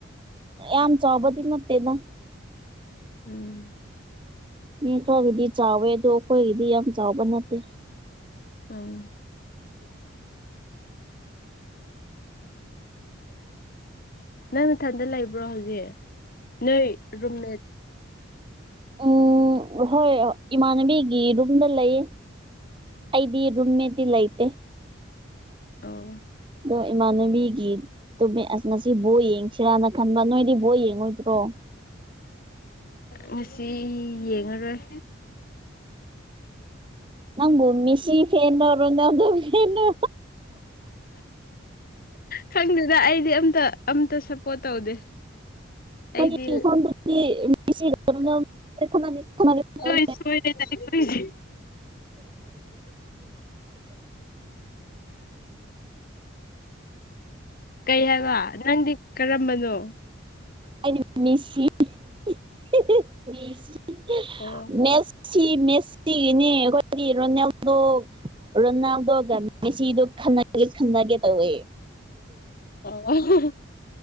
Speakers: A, on the right; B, on the left.
A: ꯌꯥꯝ ꯆꯥꯎꯕꯗꯤ ꯅꯠꯇꯦꯗ꯫
B: ꯎꯝ꯫
A: ꯃꯤ ꯈꯔꯒꯤꯗꯤ ꯆꯥꯎꯋꯦ ꯑꯗꯣ ꯑꯩꯈꯣꯏꯒꯤꯗꯤ ꯌꯥꯝ ꯆꯥꯎꯕ ꯅꯠꯇꯦ꯫
B: ꯎꯝ ꯅꯪ ꯅꯊꯟꯗ ꯂꯩꯕ꯭ꯔꯣ ꯍꯧꯖꯤꯛ ꯅꯣꯏ ꯔꯨꯝꯃꯦꯠ
A: ꯎꯝ ꯍꯣꯏ ꯏꯃꯥꯟꯅꯕꯤꯒꯤ ꯔꯨꯝꯗ ꯂꯩꯌꯦ꯫ ꯑꯩꯗꯤ ꯔꯨꯝꯃꯦꯠꯇꯤ ꯂꯩꯇꯦ꯫
B: ꯑꯣ
A: ꯅꯣꯏ ꯏꯃꯥꯟꯅꯕꯤꯒꯤ ꯇꯨꯝꯃꯦ ꯑꯁ ꯉꯁꯤ ꯕꯣ ꯌꯦꯡꯁꯤꯔꯥꯅ ꯈꯟꯕ ꯅꯣꯏꯗꯤ ꯕꯣ ꯌꯦꯡꯉꯣꯏꯗ꯭ꯔꯣ꯫
B: ꯉꯁꯤ ꯌꯦꯡꯉꯔꯣꯏ꯫
A: ꯅꯪꯕꯨ ꯃꯤꯁꯤ ꯐꯦꯟꯅꯣ ꯔꯣꯅꯥꯜꯗꯣ ꯐꯦꯟꯅꯣ꯫
B: ꯈꯪꯗꯦꯗ ꯑꯩꯗꯤ ꯑꯝꯇ ꯑꯝꯇ ꯁꯞꯄꯣꯔꯠ ꯇꯧꯗꯦ꯫
A: ꯑꯩꯈꯣꯏ
B: ꯑꯩꯗꯤ
A: ꯏꯝꯐꯥꯜꯗꯗꯤ ꯃꯦꯁꯤ ꯔꯣꯅꯥꯜꯗꯣ ꯈꯠꯅꯒꯦ ꯈꯠꯅꯒꯦ ꯇꯧꯋꯦ꯫
B: <unintelligible> ꯍꯦ ꯍꯦ꯫ ꯀꯩ ꯍꯥꯏꯕ ꯅꯪꯗꯤ ꯀꯔꯝꯕꯅꯣ꯫
A: ꯑꯩꯗꯤ ꯃꯦꯁꯤ ꯏꯍꯍ ꯃꯤꯁꯤ
B: ꯑꯣ
A: ꯃꯦꯁ ꯃꯦꯁꯤ ꯃꯦꯁꯤꯅꯦ ꯑꯩꯈꯣꯏꯗꯤ ꯔꯣꯅꯥꯜꯗꯣ ꯔꯣꯅꯥꯜꯗꯣꯒ ꯃꯦꯁꯤꯗꯨ ꯈꯟꯅꯒꯦ ꯈꯟꯅꯒꯦ ꯇꯧꯋꯦ꯫
B: ꯑꯣ <unintelligible>